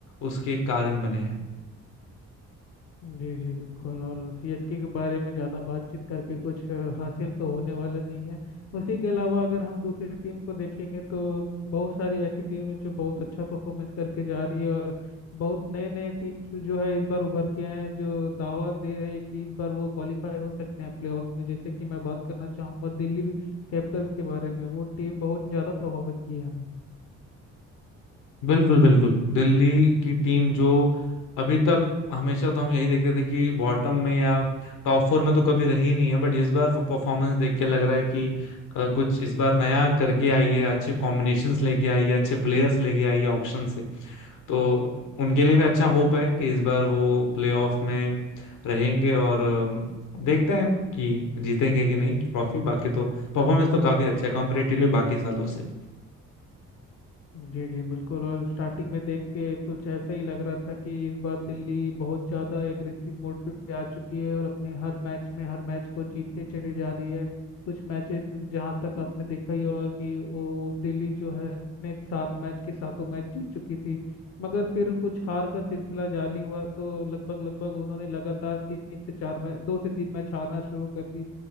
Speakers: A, on the left; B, on the left.
A: उसके कारण बने हैं
B: जी जी बिल्कुल और सीएसके के बारे में ज़्यादा बातचीत करके कुछ अ, हासिल तो होने वाला नहीं है उसी के अलावा अगर हम दूसरी टीम को देखेंगे तो बहुत सारी ऐसी टीम है जो बहुत अच्छा परफॉर्मेंस करके जा रही है और बहुत नए नए टीम्स जो है इस बार उभर के आए हैं जो दावा दे रहे हैं कि इस बार वो क्वालिफाई हो सकते हैं प्लेऑफ में जैसे कि मैं बात करना चाहूंगा दिल्ली कैपिटल्स के बारे में वो टीम बहुत ज़्यादा प्रभावित की है हमें
A: बिल्कुल बिल्कुल दिल्ली की टीम जो अभी तक हमेशा तो हम यही देखते थे कि बॉटम में या टॉप फोर में तो कभी रही नहीं है बट इस बार परफॉर्मेंस देख के लग रहा है कि अ, कुछ इस बार नया करके आई है अच्छे कॉम्बिनेशंस लेके आई है अच्छे प्लेयर्स लेके आई है ऑक्शन से तो उनके लिए भी अच्छा होप है कि इस बार वो प्लेऑफ में रहेंगे और अम, देखते हैं कि जीतेंगे कि नहीं ट्रॉफी बाकी तो परफॉर्मेंस तो काफी अच्छा है कंपेरेटिवली बाकी सालों से
B: जी जी बिल्कुल और स्टार्टिंग में देख के कुछ ऐसा ही लग रहा था कि इस बार दिल्ली बहुत ज़्यादा एग्रेसिव मोड पे आ चुकी है और अपने हर मैच में हर मैच को जीतते चली जा रही है कुछ मैचेस जहाँ तक आपने देखा ही होगा कि वो दिल्ली जो है अपने सात मैच के सातों मैच जीत चुकी थी मगर फिर कुछ हार का सिलसिला जारी हुआ तो लगभग लगभग उन्होंने लगातार तीन से चार मैच दो से तीन मैच हारना शुरू कर दी